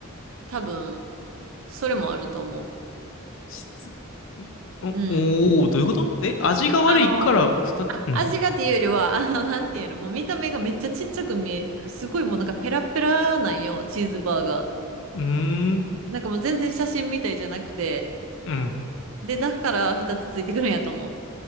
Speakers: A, on the right; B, on the left.
A: 多分、それもあると思
B: 質お、
A: う。うん。
B: おー、どういうことえ、味が悪いからふた、
A: あの、あ、
B: うん。
A: 味がっていうよりは、あの、なんていうの、もう見た目がめっちゃちっちゃく見え、すごいもうなんかペラペラなんよ、チーズバーが。
B: うーん。
A: なんかもう全然写真みたいじゃなくて。
B: うん。
A: で、だから2つついてくるんやと思う。